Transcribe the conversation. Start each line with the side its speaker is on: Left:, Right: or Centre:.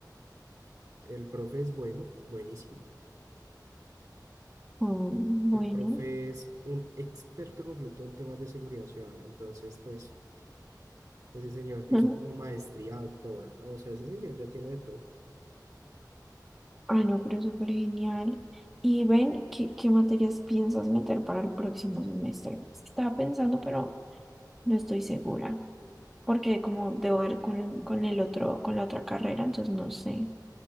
Right: El profe es bueno, buenísimo.
Centre: Mm, bueno.
Right: El profe es un experto completo en temas de seguridad ciudadana. Entonces, pues, ese señor hizo
Centre: <laughs>
Right: como maestría, doctora, ¿no? O sea, ese señor ya tiene de todo.
Centre: Ay, no, pero súper genial. Y ven, ¿qué, qué materias piensas meter para el próximo semestre? Estaba pensando, pero no estoy segura, porque como debo ver con, con el otro, con la otra carrera, entonces no sé.